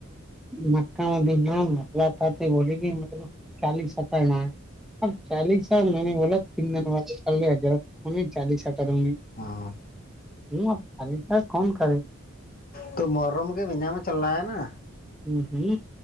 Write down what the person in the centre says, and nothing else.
مک م ج لھپ لتا بوولے کہ میرے کو چالیس ہ کرنا ہے اب چالیسال میں نے ب تین دن وال چ گارہ چالیسٹ دمی
ہ چالیس کون کرے
ہ ہ